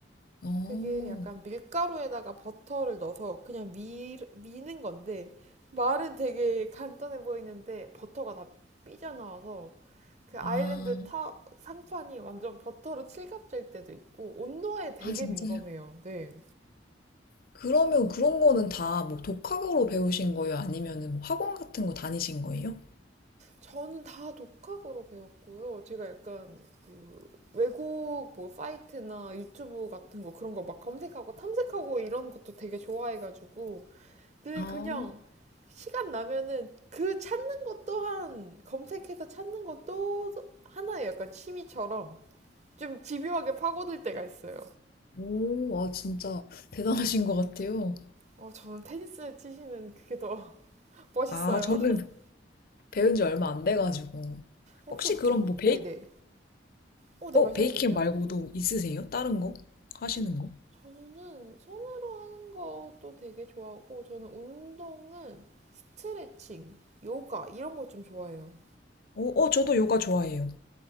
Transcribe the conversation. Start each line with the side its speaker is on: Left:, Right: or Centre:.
Left: 어,
Right: 그게 약간 밀가루에다가 버터를 넣어서 그냥 미, 미는 건데, 말은 되게 간단해 보이는데 버터가 다 삐져나와서 그 아일랜드
Left: 아,
Right: 타 상판이 완전 버터로 칠갑질 때도 있고 온도에 되게
Left: 아, 진짜요?
Right: 민감해요. 네.
Left: 그러면 그런 거는 다 뭐 독학으로 배우신 거예요? 아니면은 뭐 학원 같은 거 다니신 거예요?
Right: 저는 다 독학으로 배웠고요. 제가 약간 그 외국 뭐 사이트나 유튜브 같은 거 그런 거 막 검색하고 탐색하고 이런 것도 되게 좋아해가지고 늘
Left: 아.
Right: 그냥 시간 나면은 그 찾는 것 또한 검색해서 찾는 것도 하나의 약간 취미처럼 좀 집요하게 파고들 때가 있어요.
Left: 오, 와, 진짜 대단하신 것 같아요.
Right: 어, 저는 테니스 치시는 그게 더 멋있어요.
Left: 아, 저는
Right: <laughs>
Left: 배운 지 얼마 안 돼가지고.
Right: 혹시
Left: 혹시
Right: 뭐
Left: 그럼
Right: 겨,
Left: 뭐 베이,
Right: 네네. 어, 네
Left: 어,
Right: 말씀해
Left: 베이킹
Right: 주세요.
Left: 말고도 있으세요? 다른 거? 하시는 거?
Right: 저는 손으로 하는 것도 되게 좋아하고 저는 운동은 스트레칭, 요가 이런 거 좀 좋아해요.
Left: 어, 어, 저도 요가 좋아해요.